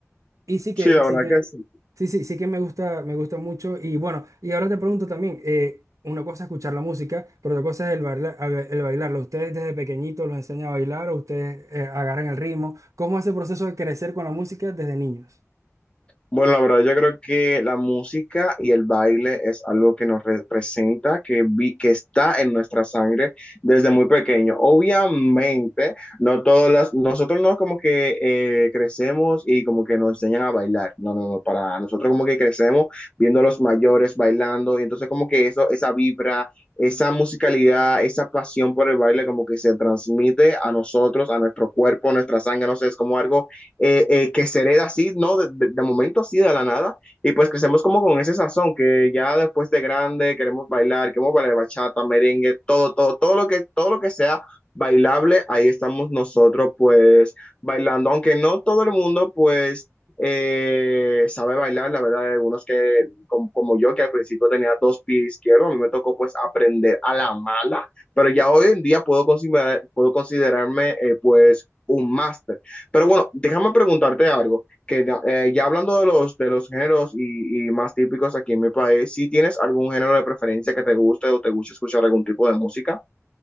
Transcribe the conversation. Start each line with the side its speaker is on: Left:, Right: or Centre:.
Right: Y sí que,
Left: Sí, la
Right: y sí
Left: verdad
Right: que,
Left: que sí.
Right: sí, sí, sí que me gusta, me gusta mucho. Y bueno, y ahora te pregunto también, eh, una cosa es escuchar la música, pero otra cosa es el bailar, el bailarlo. ¿Ustedes desde pequeñitos los enseñan a bailar o ustedes eh, agarran el ritmo? ¿Cómo es el proceso de crecer con la música desde niños?
Left: Bueno, la verdad, yo creo que la música y el baile es algo que nos representa, que vi, que está en nuestra sangre desde muy pequeño. Obviamente, no todas las, nosotros no como que eh, crecemos y como que nos enseñan a bailar. No, no, no, para nada. Nosotros como que crecemos viendo a los mayores bailando y entonces como que eso, esa vibra, esa musicalidad, esa pasión por el baile como que se transmite a nosotros, a nuestro cuerpo, a nuestra sangre, no sé, es como algo eh, eh, que se hereda así, ¿no? De, de, de, momento así, de la nada, y pues crecemos como con ese sazón, que ya después de grande queremos bailar, queremos bailar bachata, merengue, todo, todo, todo lo que, todo lo que sea bailable, ahí estamos nosotros pues bailando, aunque no todo el mundo pues eh, sabe bailar, la verdad, hay algunos que como, como, yo que al principio tenía dos pies izquierdos, a mí me tocó pues aprender a la mala, pero ya hoy en día puedo, considerar, puedo considerarme eh, pues un máster. Pero bueno, déjame preguntarte algo, que eh, ya hablando de los, de los géneros y, y más típicos aquí en mi país, si tienes algún género de preferencia que te guste o te guste escuchar algún tipo de música?